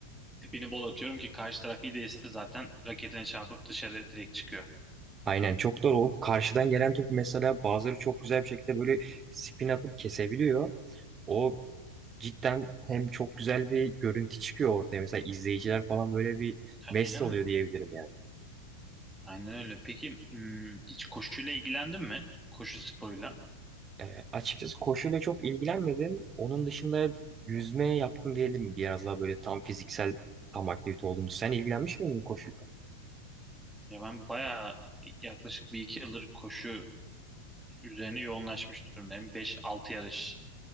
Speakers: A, in the centre; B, on the right.
A: tipini bol atıyorum ki karşı taraf iyi değilse zaten raketine çarpıp dışarı direkt çıkıyor.
B: Aynen çok doğru. O karşıdan gelen topu mesela bazıları çok güzel bir şekilde böyle spin atıp kesebiliyor. O cidden hem çok güzel bir görüntü çıkıyor ortaya. Mesela izleyiciler falan böyle bir
A: Tabii
B: mest
A: canım.
B: oluyor diyebilirim yani.
A: Aynen öyle. Peki hmm, hiç koşuyla ilgilendin mi? Koşu sporuyla.
B: Ee, açıkçası koşuyla çok ilgilenmedim. Onun dışında yüzmeye yaptım diyelim. Biraz daha böyle tam fiziksel tam aktivite olduğunu. Sen ilgilenmiş miydin koşuyla?
A: Ya ben bayağı yaklaşık bir iki yıldır koşu üzerine yoğunlaşmış durumdayım. beş altı yarış